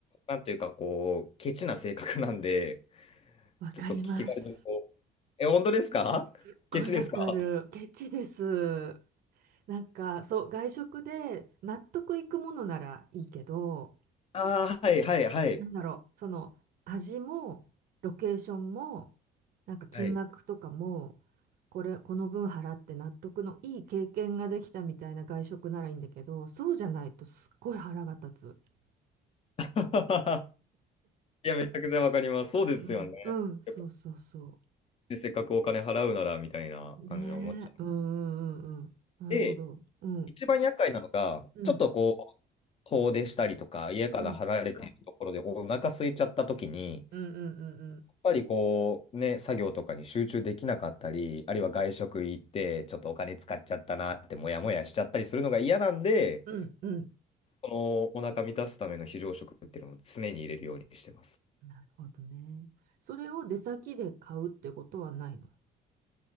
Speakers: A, on the left; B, on the right.
A: なんというか、こう、ケチな性格なんで、<laughs>
B: わかります。
A: ちょっと気軽にこう、え、本当ですかケチですか
B: すっごいわかる。ケチです。なんか、そう、外食で納得いくものならいいけど、
A: ああー、はい、はい、はい。
B: なんだろう、その味もロケーションもなんか金額とかも
A: はい。
B: これこの分払って納得のいい経験ができたみたいな外食ならいいんだけどそうじゃないとすっごい腹が立つ。
A: <laughs> いや、めちゃくちゃわかります。そうですよね。
B: うんうんそうそうそ
A: やっぱで、せっかくお金払うなら、みたいな感じで思っちゃう。
B: う。ねえうんうんうんうんなるほど。
A: で、
B: うん
A: 一番厄介なのが、
B: うん
A: ちょっとこう、遠出したりとか、家から離れてるところでお腹空いちゃった時に、
B: うんうんうんうん
A: ぱりこうね、作業とかに集中できなかったり、あるいは外食行って、ちょっとお金使っちゃったなってモヤモヤしちゃったりするのが嫌なんで、
B: うんうんうん
A: そのお腹満たすための非常食っていうのを常に入れるようにしてます。
B: なるほどね。それを出先で買うってことはないの